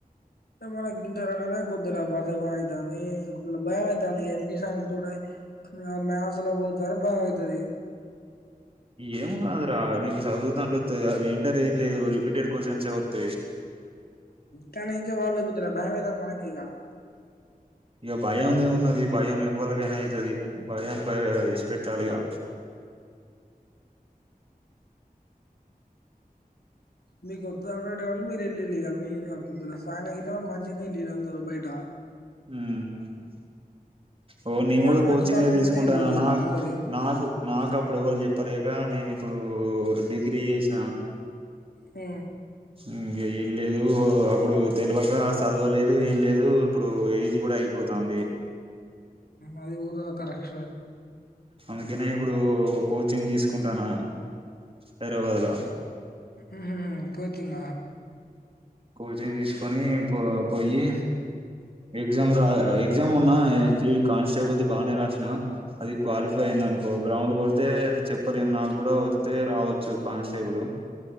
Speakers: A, on the left; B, on the right.
A: మనకింటార అనేనే కొద్దిగా బతకం అవుతది కొద్దిగా భయం అ ఎంపీ సా కూడా మ్యాస్లా పోతుర బా అయితది
B: ఏం కాదురా చదువుతు అంటుతాయి అవి ఇంటర్ ఏం లేదు రిపీటెడ్ క్వశ్చన్స్ వతాయి
A: కానీ ఇంకే వాళ్ళు కుదర భయమే కదా మనకి
B: ఇ భయం ఉన్నది భయం ఇవ్వలకైనా అవుతది భయానికి ఇడిచిపెట్టాలిగా
A: మీకు కొద్ <unintelligible> మీరు వెళ్ళళ్ళి మీద్దు సాన అతే వాళ్ళు మంచిగానే వెళ్ళ అందరరు బయట
B: మ్ ఓ నేను
A: వాళ్ళు
B: కూడా కోచింగే
A: మంచి మార్కుల
B: తీసుకుంటాను
A: మీదనే వెళ్ళిళ్ళు ఇగ
B: నా
A: అందరు ఇగ
B: నాకు నాకు అప్పుడు ఎవాళు చెప్పాలే ఇకా నేను ఇప్పుడు డిగ్రీ చేసిన
A: ఆ
B: ఉమ్, ఏం లేదు అప్పుడు తెలివక చదవలేదు ఏం లేదు ఇప్ ఇప్పుడు ఏజ్ కూడా అయిపోతంది
A: అది ఉూద క రక్ష
B: అందుకనే ఇప్పుడు కోచింగ్ తీసుకుంటాను హైదరాబాద్లా
A: ఆహా కోచింగ్
B: కోచింగ్ తీసుకొని పో పోయి ఎక్జా రా ఎక్జామ్ ఉన్నా కానిస్టేబుల్ బాగానే రాసిన అది క్వాలిఫై అయింది అనుకో గ్రౌండ్ కొడితే చెప్పలేం నాకు కూడా వస్తే రావచ్చు కానిస్టేబుల్